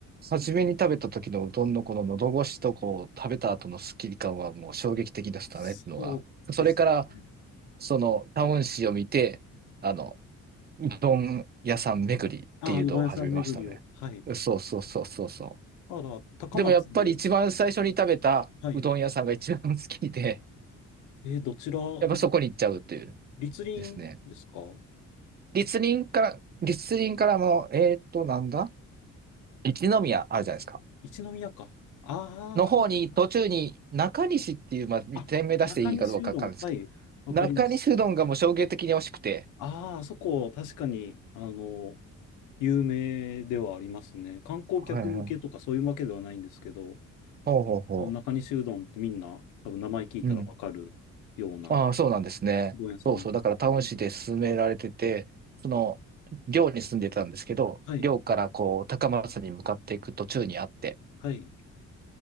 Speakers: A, on the right; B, on the left.
A: 初めに食べた時のうどんのこの喉越しとこう食べた後のスッキリ感はもう衝撃的でしたねっていうのが。
B: そうですね。
A: それからそのタウン誌を見て、あの、うどん屋さん巡りっていうのを始めましたね。
B: ああ、うどん屋さん巡りを。はい。
A: そうそうそうそうそう。
B: だから、高松で、
A: でもやっぱり一番最初に食べたうどん屋さんが一番好きで、
B: はい。えーどちらの
A: <laughs> やっぱそこに行っちゃうっていう
B: 立林ですか
A: ですね。立林から、立林からも、えーっと、なんだ一宮あるじゃないですか。
B: 一宮か。あ
A: の方に、
B: あ、あれかな。
A: 途中に中西っていう、まあ、
B: あ、
A: 店名出していいかどうかわかんないですけど、
B: 中西うどん。はい。わかります。
A: 中西うどんがもう衝撃的に美味しくて。
B: ああ、あそこ、確かに、あの、有名ではありますね。観光客向けとかそういうわけではないんですけど、
A: はいはい。ほうほうほ
B: あの中西うどんってみんな、多分名前聞いたらわかるようなう
A: う。うん。ああ、そうなんですね。
B: どん屋さん。
A: そうそう。だから、タウン市で勧められてて、その、寮に住んでたんですけど、
B: はい、
A: 寮からこう、高松に向かっていく途中にあって、
B: はい。